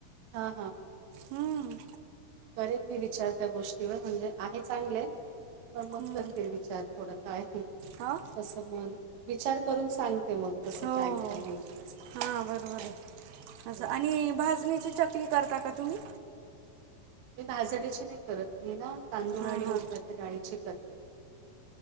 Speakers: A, on the right (about 60°); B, on the right (about 85°).
A: हां,
B: हम्म
A: करेत मी विचार त्या गोष्टीवर म्हणजे आहे चांगले पण मग
B: हम्म.
A: करते विचार थोड काय आहे,
B: हो
A: तसं मन विचार करून सांगते मग कसं
B: हो हो
A: काय-काय होईल असं.
B: हां बरोबर हाय असं
A: बरोबर.
B: आणि भाजणीची चकली करता का तुम्ही?
A: मी भाजण्याची नाही करत, मी ना तांदूळ
B: हां
A: आणि
B: हां
A: उडदाच्या डाळीची करते